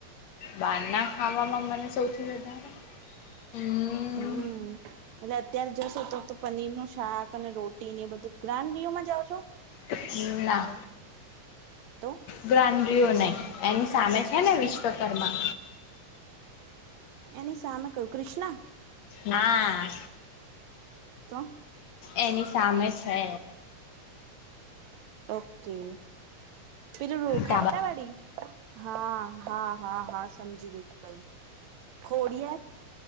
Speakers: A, on the left (about 65°); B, on the right (about 70°).
A: બહારના ખાવામાં મને સૌથી વધારે હમ
B: હમ એટલે અત્યારે જશો તો તો પનીર નું શાક અને રોટી ને એ બધું ગ્રાન્ રઓમાં જાાવ છો.
A: પગીના.
B: તો
A: ગની. એું નહી એની સામે છે ને વિશ્વકર્મા.
B: એની સામે કું કૃિષ્ણા.
A: હા.
B: તો.
A: એની સામે છે.
B: ઓકે. પલડું
A: ધાબા
B: ખાતલા વાડી. હા. હા હા હા સમજી ગય કયું ખોડ.